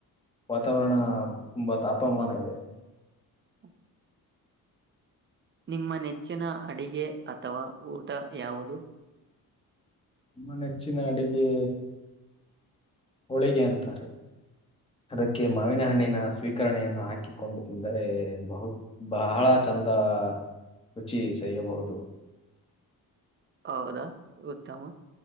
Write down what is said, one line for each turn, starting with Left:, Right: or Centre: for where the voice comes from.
Left: ವಾತಾವರಣ ತುಂಬಾ ತಾಪಮಾನಗಳು.
Right: ಹು ನಿಮ್ಮ ನೆಚ್ಚಿನ ಅಡಿಗೆ ಅಥವಾ ಊಟ ಯಾವುದು.
Left: ನಮ್ಮ ನೆಚ್ಚಿನ ಅಡುಗೆ ಹೊಳಿಗೆ ಅಂತಾರೆ.
Right: <inaudible>
Left: ಅದಕ್ಕೆ ಮಾವಿನ ಹಣ್ಣಿನ ಸ್ವೀಕರಣೆಯನ್ನು ಹಾಕಿಕೊಂಡು ತಿಂದರೆ ಬಹತ್ ಬಹಳ ಚಂದ. ಹ ರುಚಿ ಸವಿಯಬಹುದು.
Right: ಹೌದಾ ಉತ್ತಮ್.